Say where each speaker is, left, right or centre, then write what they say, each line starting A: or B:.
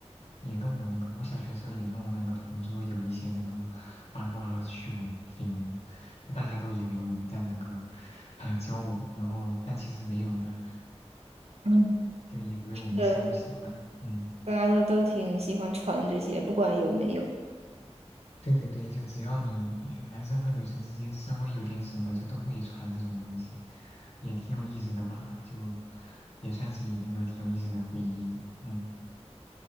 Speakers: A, on the left; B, on the right.
A: 也跟我那个，我小学时候也跟我那个同桌有一些那个八卦趣闻、绯闻，就大家都以为我们在那个呃交往，然后但其实没有的，
B: 嗯，
A: 就以为我们相互喜欢。
B: 对，
A: 嗯，
B: 大家都都挺喜欢传这些，不管有没有。
A: 对对对，就只要你男生和女生之间稍微有点什么，就都会传这种东西，也挺有意思的吧？就也算是一个挺有意思的回忆。嗯